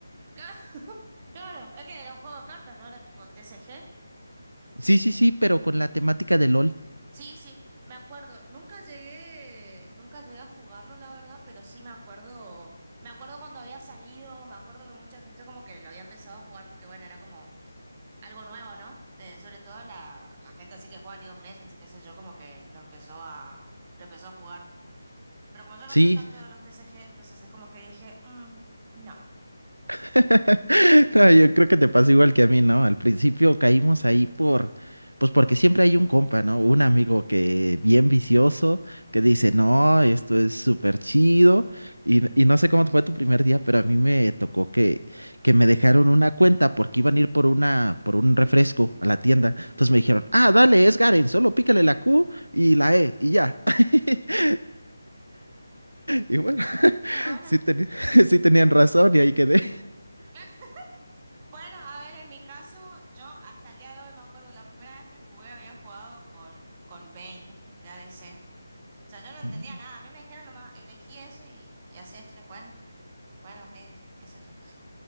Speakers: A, on the right; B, on the right.
A: <laughs> Claro, es que era un juego de cartas, ¿no? Era tipo TCG.
B: Sí, sí, sí, pero con la temática de LOL.
A: Sí, sí, me acuerdo. Nunca llegué, nunca llegué a jugarlo, la verdad, pero sí me acuerdo, me acuerdo cuando había salido, me acuerdo que mucha gente como que lo había empezado a jugar porque bueno, era como algo nuevo, ¿no? Eh, sobre todo la, la gente así que juega League of Legends y qué sé yo, como que lo empezó a, lo empezó a jugar. Pero como yo
B: Sí,
A: no soy tanto de los TCG, entonces es como que dije, "Mm, no.
B: <laughs> No, yo creo que te pasa igual que a mí, ¿no? Al principio caímos ahí por, pues porque siempre hay un compa, ¿no? Un amigo que bien vicioso, que dice, no, esto es súper chido. Y, y no sé cómo fue tu primer día, pero a mí me tocó que, que me dejaron una cuenta porque iban a ir por una, por un refresco a la tienda. Entonces me dijeron, ah, dale, es Garen, solo pícale la Q y la E y ya. <laughs> Y bueno,
A: Y bueno,
B: sí, teni-
A: <laughs>
B: <laughs> sí tenían razón y ahí quedé.
A: claro. Bueno, a ver, en mi caso, yo hasta el día de hoy me acuerdo, la primera vez que jugué había jugado con, con Vayne de ADC. O sea, yo no entendía
B: <laughs>
A: nada. A mí me dijeron nomás, elegí eso y, y hacé esto. Yo, Bueno, bueno, ok, dije, qué sé yo.